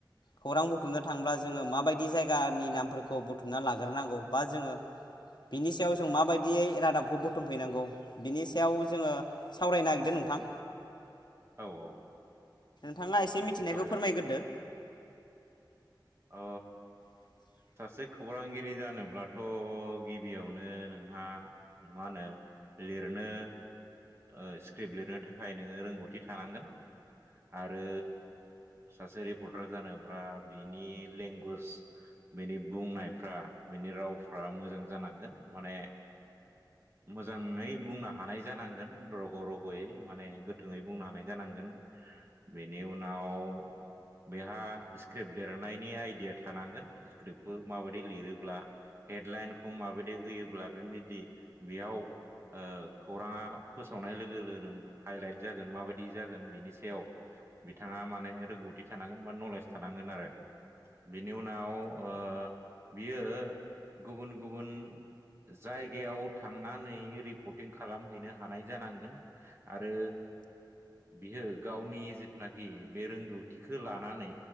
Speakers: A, on the left; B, on the right.
A: खौरां बुथुमनो थांब्ला जोङो माबायदि जायगानि नामफोरखौ बुथुमना लाग्रोनांगौ बा जोङो बिनि सायाव जों माबायदियै रादाबखौ बुथुमफैनांगौ बिनि सायाव जोङो सावराय नागिरदो नोंथां
B: औ औ।
A: नोंथाङा एसे मिथिनायखौ
B: सावरायजागोन
A: फोरमायग्रोदो।
B: अ।
A: <unintelligible>
B: सासे खौरांगिरि जानोब्लाथ' गिबियावनो नोंहा मा होनो लिरनो ओ स्क्रिप्ट लिरनो थाखाय नोङो रोंगौथि थानांगोन आरो सासे रिपर्टार जानोब्ला बिनि लेंगुस बिनि बुंनायफ्रा बिनि रावफ्रा मोजां जानांगोन माने मोजाङै बुंनो हानाय जानांगोन। रग' रग'यै माने गोथोै बुंनो हानाय जानांगोन। बेनि उनाव बेहा स्क्रिप्ट लिरनायनि आइडिया थानांगोन स्क्रिप्टखौ माबायदि लिरोब्ला हेडलाइनखौ माबायदि होयोब्ला बेबायदि बेयाव ओ खौराङा फोसावनाय लोगो लोगोनो हाइलाइट जागोन माबायदि जागोन बेनि सायाव बिथाङा माने रोंगौथि थानांगोन बा नलेज थानांगोन आरो। बिनि उनाव ओ बियो गुबुन गुबुन जायगायाव थांनानै रिपर्टिं खालामहैनो हा हानाय जानांगोन आरो बियो गावनि जिथुनाखि बे रोंगौथिखौ लानानै